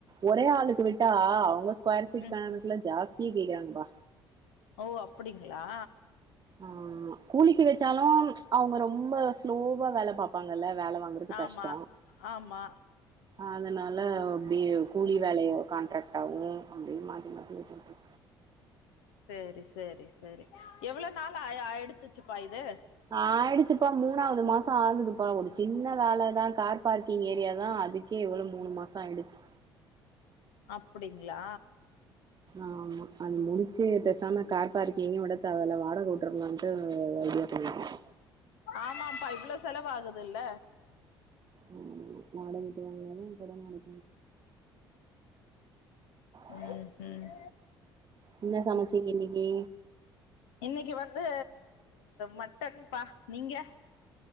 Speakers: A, on the right (about 35°); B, on the left (about 70°).
A: ஒரே ஆளுக்கு விட்டா அவுங்க ஸ்கொயர் ஃபீட்
B: ம்
A: கணக்குல ஜாஸ்திய கேக்கறாங்கப்பா
B: ஓ அப்படிங்களா
A: ஆமா கூலிக்கு வெச்சாலு அவுங்க ரொம்ப ஸ்லோவா வேல பாப்பாங்கல்ல வேல வாங்குறது
B: ஆமா
A: கஷ்டம்.
B: ஆமா
A: அதனால அப்டியே கூலி வேலைய கான்ட்ராக்ட்டாவு அப்டின்னு மாத்தி மாத்தி விட்டுட்ரு
B: சேரி சேரி சேரி எவ்ளோ நாள் ஆய் ஆயிடுத்துச்சுப்பா இது
A: ஆயிடுச்சுப்பா மூணாவது மாசோ ஆகுதுப்பா ஒரு சின்ன வேலதா கார் பார்க்கிங் ஏரியா தா அது க்கே இவ்ளோ மூணு மாசோ ஆயிடுச்சு
B: அப்டிங்களா
A: ஆமா அது முடிச்சு பெசாம கார் பார்க்கிங்கே விடத்தேவல வாடக உட்ருலான்ட்டு ஐடியா <unintelligible>
B: ஆமாப்பா இவ்ளோ செலவு ஆகுதுல்ல
A: ஆமா ஆமா வாடக விட்டு வாங்கனாலு <inaudible>
B: ம் ம்
A: என்ன சமச்சிங்க இன்னிக்கி
B: இன்னைக்கு வந்து மட்டன் பா நீங்க